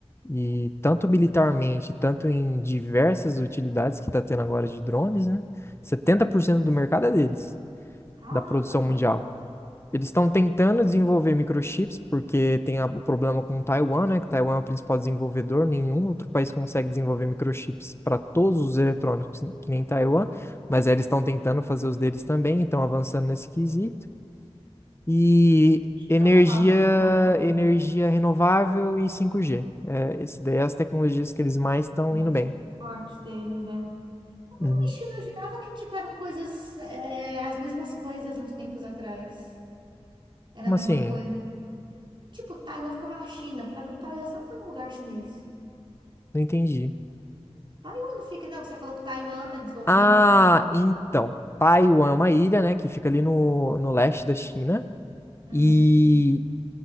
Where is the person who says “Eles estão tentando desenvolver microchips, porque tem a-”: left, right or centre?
Left